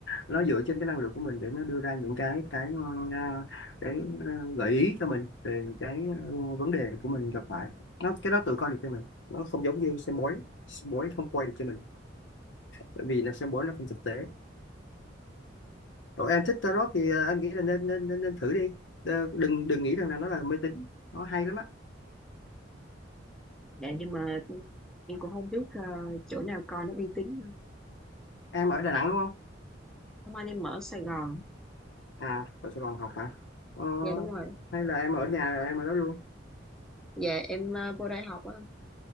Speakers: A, on the left; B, in the centre.
A: nó dựa trên cái năng lượng của mình để nó đưa ra những cái cái ờ, cái ờ, gợi ý cho mình về cái ờ, vấn đề của mình gặp phải nó cái đó tự coi được cho mình nó không giống như xem bói xem bói không quay được cho mình bởi vì là xem bói nó không thực tế còn em thích tarot thì ờ, anh nghĩ là nên nên nên, nên thử đi Ờ, đừng đừng nghĩ rằng là nó là mê tín nó hay lắm á
B: Dạ nhưng mà em cũng không biết ờ, chỗ nào coi nó uy tín hơn.
A: em ở Đà
B: Tại
A: Nẵng đúng không
B: Hôm anh em ở Sài Gòn.
A: à ở Sài Gòn học hả ờ,
B: Dạ đúng rồi.
A: hay là em ở nhà em ở đó luôn
B: Dạ em ờ, vô đây học á.